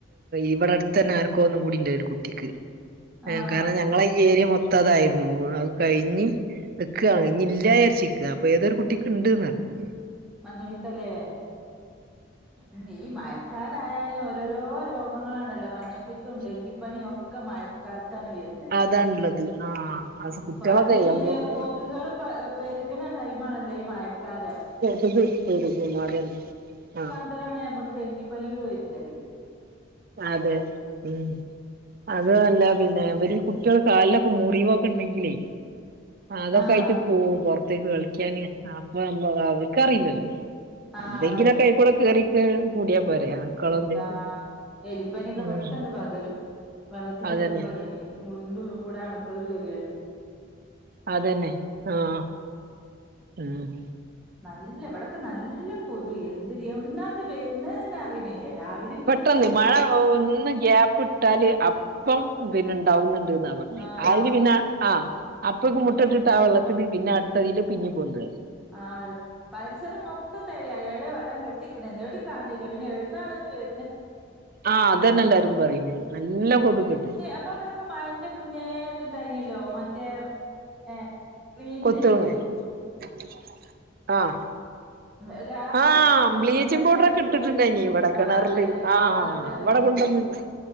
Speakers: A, on the right; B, in the centre.
A: ഇവിടെ അടുത്തന്നെ ആർക്കോ ഒന്നും കൂടിണ്ട ഒരുകുട്ടിക്ക്
B: ആഹ്
A: കാരണം ഞങ്ങളെ ഈ ഈ ഏരിയ മൊത്താതായിരുന്നു അത് കഴിഞ്ഞ് നിക്കാണ് ഇനി ഇല്ലചാരിച്ച്ക്ക അപ്പൊ ഏതൊരു കുട്ടിക്ക് ഉണ്ട്ന്നർഞ്ഞു
B: മഞ്ഞപിത്തലേ ഉ ഈ മയക്കാലായാലന് ഓരോരോ രോഗങ്ങളാണല്ലോ മഞ്ഞപ്പിത്തും ഡെങ്കിപ്പനിയും ഒക്കെ മഴക്കാലത്താണ് വര്
A: അതാണ്ള്ളത് ആഹ് അത്
B: ഉം
A: കുട്ടികളൊക്കെ
B: കാരണം ഈ
A: നമ്മള്
B: കൊതുകള് പ പെരുകണ സൈമാണല്ലോ ഈ മഴക്കാലം
A: <unintelligible> അതന്നെ ആ
B: ഇത്തരാണ് നമക്ക് ഡെങ്കിപനികൾ വരുന്നത്
A: അതെ ഉം അതു അല്ല പിന്നെ ഇവരിൽ കുട്ട്യള് കാൽലൊക്കെ മുറിവൊക്കെണ്ടെങ്കിലേ അതൊക്കെ
B: ആഹ്
A: ആയിട്ട് പോവും പൊറത്തേക്ക് കളിക്കാന് അപ്പോ മ്മ അവൾക്കറിയില്ലല്ലോ
B: ആഹ്
A: എന്തെങ്കിലോക്കെയിക്കൂടെ
B: അതെ
A: കേറി കൂടിയാ പോരെ ആക്കളോ
B: ഉം
A: എന്തേലും
B: കാ എലിപ്പനിയൊക്കെ
A: ഉം
B: പെട്ടന്ന് പകരും വെള്ളത്തിച്ചവിട്ടുമ്പോളേ
A: അതന്നെ
B: മുറിൻറ്റുള്ളി കൂടെ അണുക്കള് കേറിയാട്ടി
A: അതന്നെ ആഹ് ആഹ്
B: നല്ല എവടക്കെ നല്ല കൊതു എന്തരി എവിടുന്നാത് വര്ണെന്നേ അറിയണില്ല രാവിലെ
A: പെട്ടന്ന് മഴ ഒന്ന് ഗ്യപ്പ് ഇ ട്ടാല് അപ്പം പിന്നെ ഇണ്ടാവുന്ന്ണ്ട് എന്ന പറഞ്ഞ്
B: ആഹ്
A: <unintelligible> പിന്നെ ആഹ് അപ്പോക്കേ മുട്ടട്ടിട്ട് ആ വെള്ളത്തിന് പിന്നെ അടുത്തതില് പിഞ്ഞ് <unintelligible>
B: ആറ് പരിസരം മൊത്തം തെരയാ എടെ വള്ളം കെട്ടിക്കണേന്ന് എവിടും കാൺണില്ല പിന്നെ എടുന്നാണ് ഇത് വ
A: ആഹ് അതന്നെ എല്ലാരും പറയുന്നേ നല്ല കൊതുക്ണ്ട്
B: നമ്മടെ ഇവടക്കെ മഴന്റെ മുന്നേ ഇത്ണ്ടായിന്നല്ലോ മറ്റേ പിന്നെ ക്ലീൻ
A: <unintelligible>
B: ചെയ്യല്
A: ആഹ്
B: <unintelligible>
A: ആഹ് ബ്ലീച്ചിങ്
B: പഞ്ചായത്താര്
A: പൗഡറേക്കെ ഇട്ടിട്ടുണ്ടായിനി
B: കൂടിയായിട്ട്
A: ഇവടെ
B: ആ
A: കെണറില്
B: ഉണ്ടായിന് കിണറില്
A: ആഹ് അവടെ
B: ഉം
A: കൊണ്ടുവന്നാണ്